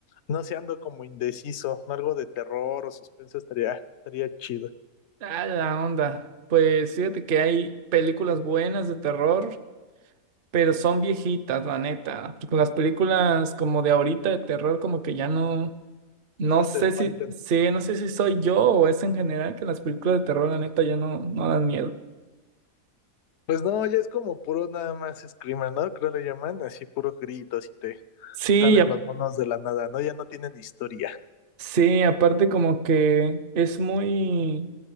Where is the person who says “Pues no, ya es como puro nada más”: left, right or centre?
Left